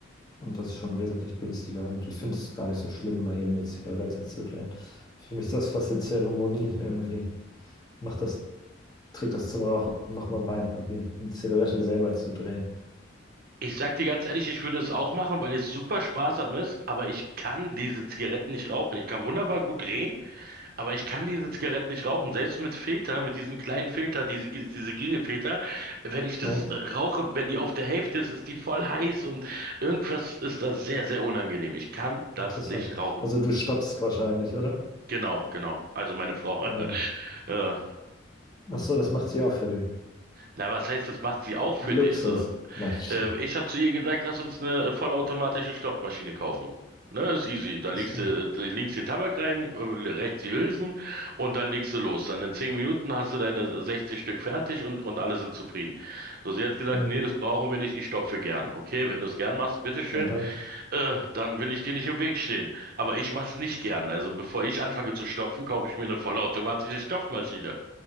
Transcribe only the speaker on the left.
und das ist schon wesentlich günstiger. Und ich finde es gar nicht so schlimm, mal eben eine Zigarette zu drehen. Für mich ist das fast eine Zeremonie irgendwie. Macht das, trägt das zum Rauchen nochmal bei, irgendwie eine Zigarette selber zu drehen.
Ja,
interessant.
Also du stoppst wahrscheinlich, oder?
Ja.
Ach so, das macht sie auch für dich.
Luxus.
Nein, Scherz.
Ach so.
Hm.
Na dann.